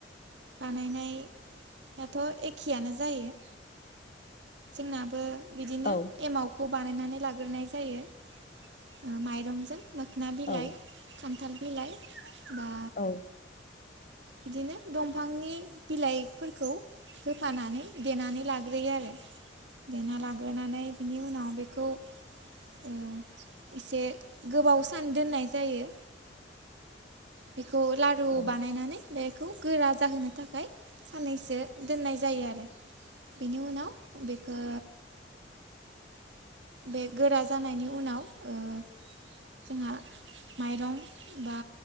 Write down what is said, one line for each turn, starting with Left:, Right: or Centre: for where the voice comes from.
Right: बानायनायाथ' एखेयानो जायो। जोंनाबो बिदिनो
Left: औ
Right: एमाव। खौ बानायनानै लाग्रोनाय जायो माइरंजों मोखोना बिलाइ।
Left: औ
Right: खान्थाल बिलाइ बा
Left: औ
Right: बिदिनो दंफांनि बिलाइफोरखौ होफानानै देनानै लाग्रोयो आरो देना लाग्रोनानै बिनि उनाव बेखौ ओ एसे गोबाव सान दोननाय जायो। बेखौ लारु
Left: औ
Right: बानायनानै बेखौ गोरा जाहोनो थाखाय साननैसो दोननाय जायो आरो। बेनि उनाव बेखौ बे गोरा जानायनि उनाव ओ जोंहा माइरं बा